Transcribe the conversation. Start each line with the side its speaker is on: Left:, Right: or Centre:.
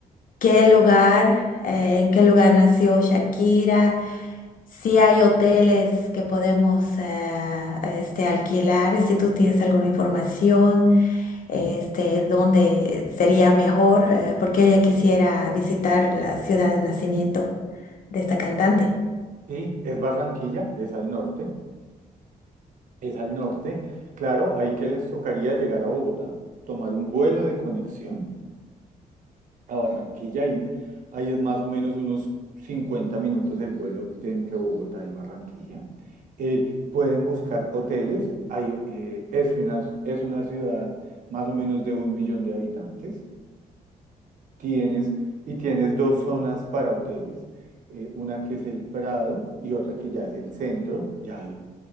Left: ¿Qué lugar, eh, en qué lugar nació Shakira? Si hay hoteles que podemos eh, este, alquilar, si tú tienes alguna información, este, dónde sería mejor, eh, porque ella quisiera visitar la ciudad de nacimiento de esta cantante.
Right: Sí, es Barranquilla, es al norte, es al norte. Claro, ahí que les tocaría llegar a Bogotá, tomar un vuelo de conexión a Barranquilla y ahí es más o menos unos 50 minutos el vuelo de entre Bogotá y Barranquilla. Eh, pueden buscar hoteles. Hay, eh, es una, es una ciudad más o menos de un millón de habitantes. Tienes, y tienes dos zonas para hoteles. eh, una que es el Prado y otra que ya es el centro. Ya hay